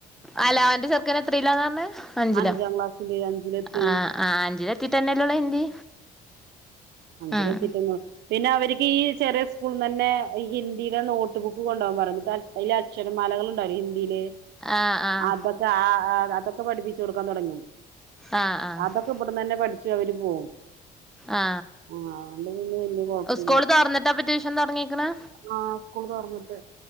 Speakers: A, in the centre; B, on the right.
A: അല്ല അവന്റെ ചെറുക്കന് എത്രയിലാന്നാ പറഞ്ഞേ അഞ്ചില
B: അഞ്ചാം ക്ലാസ്സില് അഞ്ചിലെത്തി
A: ആ അഞ്ചില ത്തിട്ടല്ലേ ഉള്ളു ഹിന്ദി.
B: അഞ്ചില്
A: ആഹ്
B: എത്തി പിന്നെ അവർക്ക് ഈ ചെറിയ സ്കൂളിന് തന്നെ ഹിന്ദിയിലെ നോട്ട് ബുക്ക് കൊണ്ടുപോവാൻ പറയും. അതിലക്ഷരം മാലകളുണ്ടായിരിക്കുംഹിന്ദിയില്?
A: ആഹ് ആഹ്
B: അതൊക്കെ ആ അതൊക്കെ പഠിപ്പിച്ചു കൊടുക്കാൻ തുടങ്ങി.
A: ആഹ് ആഹ്
B: അതൊക്കെ ഇവിടുന്ന് തന്നെ പഠിച്ചു അവര് പോവും.
A: ആ
B: ആഹ് അതുകൊണ്ട് പിന്നെ വല്യ കുഴപ്പില്ല
A: സ്കൂള് തുറന്നിട്ടാ ഇപ്പം ട്യൂഷൻ തുടങ്ങിയേക്കണേ?
B: ആ സ്കൂൾ തുറന്നിട്ട്